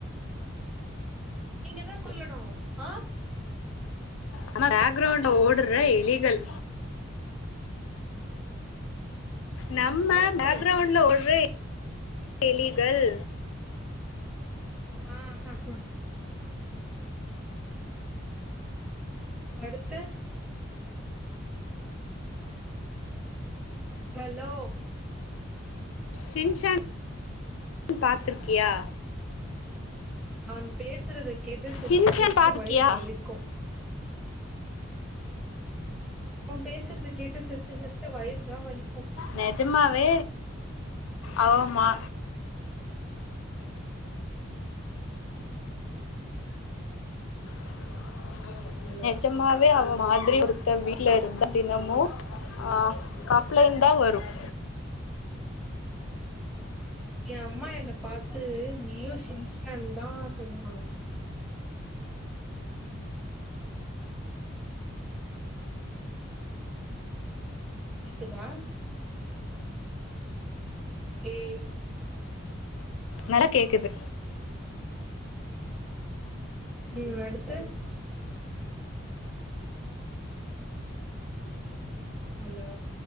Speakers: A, in the centre; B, on the left.
A: நீங்க தான் சொல்லணும் ஆ
B: <unintelligible> கிரவுண்ட்ல ஓடுற எலிகள் நம்ம
A: அடுத்து
B: பேக்கிரவுண்ட்ல ஒட்ற எலிகள்
A: ஆஹா ஹா அடுத்து ஹலோ
B: ஷின்ஷான் பாத்திருக்கியா
A: அவன் பேசுறதுக்கு கேட்டு சிரிச்சு
B: ஷின்சான்
A: சிரிச்சு
B: பாத்திருக்கியா
A: வயிறு வலிக்கு அவ பேசுறத கேட்டு சிரிச்சு சிரிச்சு வயிறுதா வலிக்கு
B: நெஜமாவே ஆவ மா
A: <inaudible>
B: <inaudible>
A: ஹலோ
B: நெஜமாவே அவ மாதிரி ஒருத்த வீடல இருந்த தினமும் அ காப்ளைன் தான் வரும்
A: என் அம்மா என்னை பாரத்து நீயும் சினிச்சன்னு தான் சொல்லுவாங்க கேக்குதா டேய்
B: நல்லா கேக்குது
A: ம் அடுத்து ஹலோ